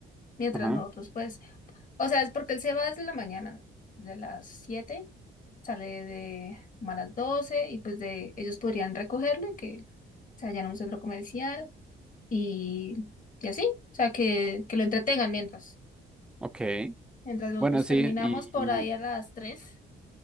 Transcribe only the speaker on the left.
mientras
nosotros, pues, o sea, es porque él se va desde la mañana, ¿no? de las siete sale de como a las 12 y pues de ellos podrían recogerlo y que se vayan a un centro comercial y, y así, o sea, que, que lo entretengan mientras,
mientras nosotros
terminamos
por ahí a las 3